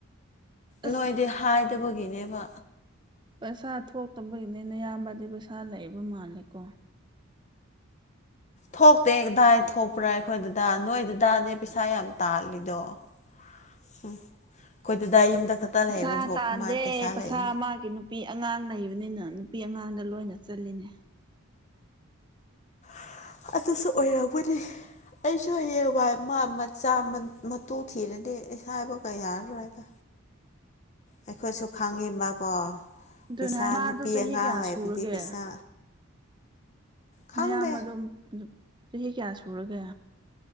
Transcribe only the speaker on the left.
ꯅꯣꯏꯗꯤ ꯍꯥꯏꯗꯕꯒꯤꯅꯦꯕ
ꯊꯣꯛꯇꯦ ꯀꯥꯗꯥꯏ ꯊꯣꯛꯄ꯭ꯔꯥ ꯑꯩꯈꯣꯏ ꯗꯥꯗꯥ ꯅꯣꯏ ꯗꯥꯗꯥꯅꯦ ꯄꯩꯁꯥ ꯌꯥꯝ ꯇꯥꯜꯂꯤꯗꯣ <unintelligible> ꯑꯩꯈꯣꯏ ꯗꯥꯥꯗꯥ ꯌꯨꯝꯗ ꯈꯛꯇ
ꯂꯩꯌꯕꯕꯨ
ꯃꯥꯏ ꯄꯩꯁꯥ ꯂꯩꯌ
<unintelligible> ꯑꯗꯨꯁꯨ ꯑꯣꯏꯔꯝꯒꯅꯤ ꯑꯩꯁꯨ ꯍꯌꯦꯡ ꯋꯥꯏ ꯃꯥ ꯃꯆꯥ ꯃꯇꯨ ꯊꯤꯔꯗꯤ ꯍꯥꯏꯕꯒ ꯌꯥꯔꯔꯣꯏꯗ ꯑꯩꯈꯣꯏꯁꯨ ꯈꯪꯉꯤ ꯃꯥꯀꯣ
ꯄꯩꯁꯥ
ꯅꯨꯄꯤ
ꯑꯉꯥꯡ
ꯂꯩꯕꯗꯤ
ꯄꯩꯁꯥ ꯈꯪꯗꯦ